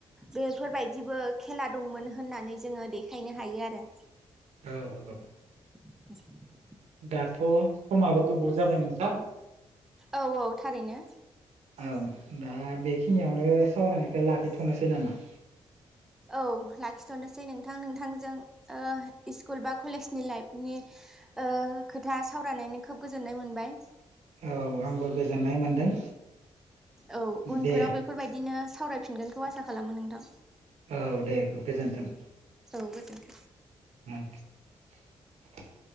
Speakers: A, in the centre; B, on the right.
A: बेफोरबायदिबो खेला दंमोन होननानै जोङो देखायनो हायो आरो।
B: औ औ।
A: <inaudible>
B: दाथ' समाबो गोबाव जाबाय नोंथां।
A: औ औ थारैनो
B: औ दा बेखिनियावनो सावरायनायखौ लाखिथ'नोसै नामा
A: औ लाखिथ'नोसै नोंथां नोंथांजों इस्कुल बा कलेज नि लाइफनि ओ खोथा सावरायनायनि खोब गोजोननाय मोनबाय
B: औ आंबो गोजोननाय मोनदों
A: औ
B: दे
A: उनफोराव बेफोरबायदिनो सावरायफिनगोनखौ आसा खालामो नोंथां
B: औ दे गोजोन्थों
A: औ गोजोन्थों
B: हम